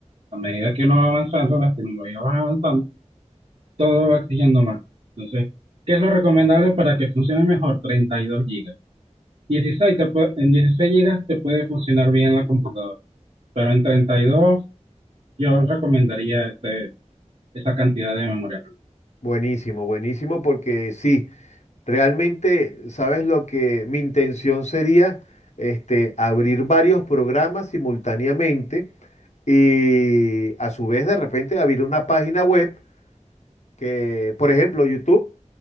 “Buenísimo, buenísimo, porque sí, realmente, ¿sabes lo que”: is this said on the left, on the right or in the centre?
Left